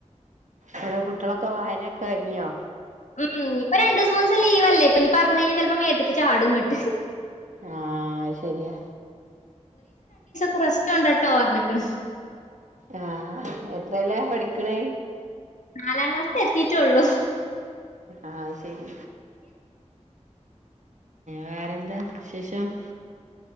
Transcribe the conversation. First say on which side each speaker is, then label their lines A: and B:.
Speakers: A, on the right; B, on the left.
A: ഏ ടെ കുട്ടികളൊക്കെ വായനൊക്കെ കഴിഞ്ഞോ
B: ഉം ഇപ്പൊ രണ്ട മൂന്നീസം ലീവല്ലേ ഇപ്പ ഇനി പറഞ്ഞു കഴിഞ്ഞാൽ ചിലപ്പോ മേത്തക്ക് ചാടുംങ്ങട്ട്
A: ആഹ ശരിയാ
B: പ്രശ്ംനുണ്ട് ട്ടോ പറഞ്ഞക്കണ്
A: ആഹ് എത്രല്ലേ പഠിക്കണേ
B: നാലാം ക്ലാസ് എത്തിട്ടു ള്ളൂ
A: ആഹ ശരി വേറെന്താ ശേ ശോ ന്താ